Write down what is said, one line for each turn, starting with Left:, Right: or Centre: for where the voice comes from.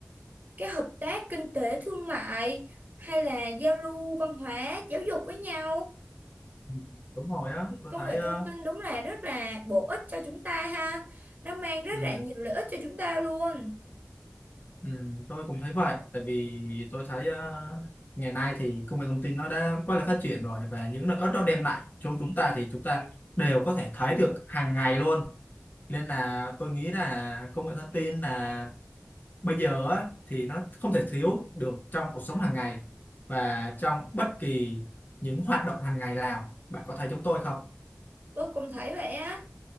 Right: cái hợp tác kinh tế thương mại hay là giao lưu văn hóa giáo dục với nhau.
Left: Ừ, đúng rồi á tôi
Right: Công
Left: thấy
Right: nghệ
Left: ờ,
Right: thông tin đúng là rất là bổ ích cho chúng ta ha. Nó mang rất
Left: ừ.
Right: là nhiều lợi ích cho chúng ta luôn.
Left: Ừ, tôi cũng thấy vậy tại vì tôi thấy ờ, ngày nay thì công nghệ thông tin nó đã quá là phát triển rồi và những lợi ích đó đem lại cho chúng ta thì chúng ta đều có thể thấy được hàng ngày luôn nên là tôi nghĩ là công nghệ thông tin là bây giờ á, thì nó không thể thiếu được trong cuộc sống hàng ngày và trong bất kỳ những hoạt động hàng ngày nào bạn có thấy chúng tôi không
Right: Tôi cũng thấy vậy á.